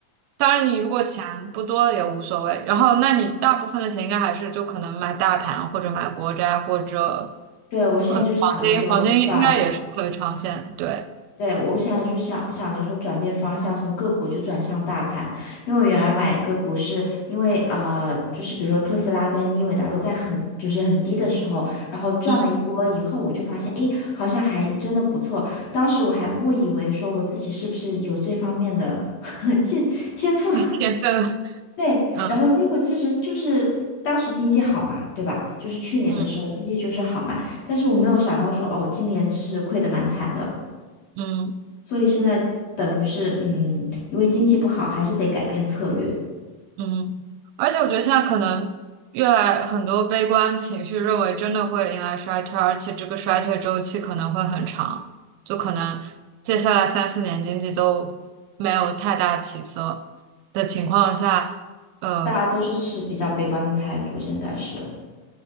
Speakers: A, on the right; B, on the left.
A: 当然，你如果钱不多也无所谓。然后，那你大部分的钱应该还是就可能买大盘或者买国债或者
B: 对，我现在就想着说转。
A: 可能黄金，黄金应该也是可以长线。对，
B: 对，我想就想想着说转变方向，从个股就转向大盘，因为我原来买个股是因为呃，就是比如说特斯拉跟英伟达都在很就是很低的时候，然后赚了一波以后，
A: 嗯，
B: 我就发现诶，好像还真的不错。当时我还误以为说我自己是不是有这方面的 <laughs> 见天赋，
A: 天分，
B: 对，
A: 嗯
B: 然后结果其实就是当时经济好嘛，对吧？就是去年的时候经济就是好嘛，
A: 嗯
B: 但是我没有想到说哦，今年就是亏得蛮惨的。
A: 嗯。
B: 所以现在等于是，嗯，因为经济不好，还是得改变策略。
A: 嗯，而且我觉得现在可能越来很多悲观情绪认为真的会迎来衰退，而且这个衰退周期可能会很长，就可能接下来三四年经济都没有太大起色的情况下，呃，
B: 大家都是持比较悲观的态度，现在是。